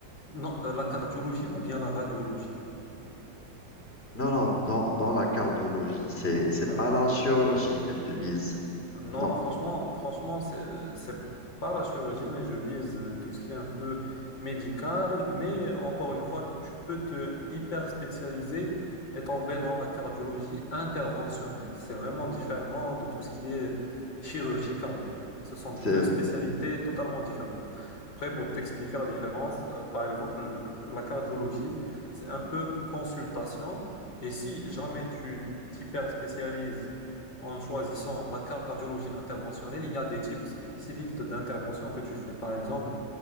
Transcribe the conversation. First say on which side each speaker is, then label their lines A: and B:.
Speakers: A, on the left; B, on the left.
A: Non, euh, la cardiologie ou bien la radiologie.
B: Non, non, dans, dans la cardiologie, c'est, c'est
A: Hein.
B: pas la chirurgie que tu vises.
A: Non,
B: Non,
A: non, franchement, franchement, c'est, c'est pas la chirurgie, mais je vise euh, tout ce qui est un peu médical. Mais encore une fois, tu peux te hyper spécialiser et tomber dans la cardiologie interventionnelle. C'est vraiment différent de tout ce qui est chirurgie cardiaque. Ce sont
B: c'est,
A: deux spécialités totalement différentes. Après, pour t'expliquer la différence, euh, par exemple, le- la cardiologie, c'est un peu consultation. Et si jamais tu t'hyper spécialises en choisissant la cardiologie interventionnelle, il y a des types spécifiques d'intervention que tu fais. Par exemple,